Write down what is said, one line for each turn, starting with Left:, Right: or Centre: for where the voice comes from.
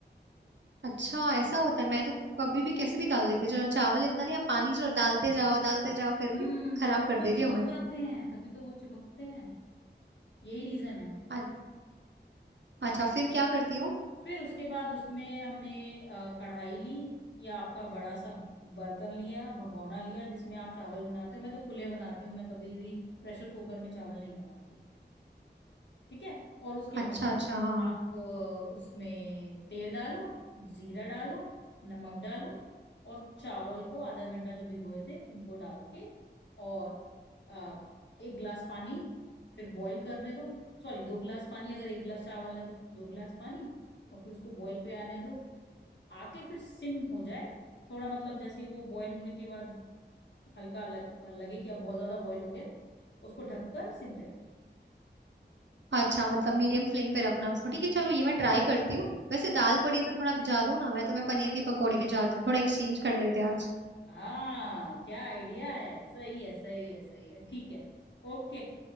Right: अच्छा ऐसा होता है मैं तो कभी भी कैसे भी डाल देती हूँ चलो चावल इतना लिया पानी चलो डालते जाओ डालते जाओ
Left: हम्म
Right: करके खराब
Left: तभी तो
Right: कर
Left: वो
Right: देती
Left: चिपक
Right: हूँ मैं
Left: जाते हैं तभी तो वो चिपकते हैं यही रीजन है
Right: अ- अच्छा फिर क्या करती हूँ
Left: फिर उसके बाद उसमें हमने अ, कढ़ाई ली या आपका बड़ा सा बर्तन लिया भगोना लिया जिसमें आप चावल बनाते हो मैं तो खुले बनाती हूँ मैं कभी भी प्रेशर कुकर में चावल नहीं बनाती ठीक है और उसके
Right: अच्छा
Left: बाद
Right: अच्छा हाँ
Left: आप अ, उसमें तेल डालो जीरा डालो नमक डालो और चावल को आधा घंटा जो भिगोए थे उनको डाल के और अ, एक गिलास पानी फिर बॉईल करने दो सॉरी दो गिलास पानी अगर एक गिलास चावल है तो दो गिलास पानी और फिर उसको बॉईल पे आने दो आके फिर सिम हो जाए थोड़ा मतलब जैसे ही वो बॉईल होने के बाद हल्का लग, लगे कि अब बहुत ज्यादा बॉईल हो गया उसको ढककर सिम पे रख दो
Right: अच्छा मतलब मीडियम फ्लेम पे रखना उसको ठीक है चलो ये मैं ट्राई करती हूँ वैसे दाल पड़ी तो थोड़ा भिजा दो ना मैं तो मैं पनीर के पकौड़े भिजाती हूँ। थोड़ा एक्सचेंज कर लेते हैं आज
Left: हाँ क्या आइडिया है सही है सही है सही है ठीक है ओके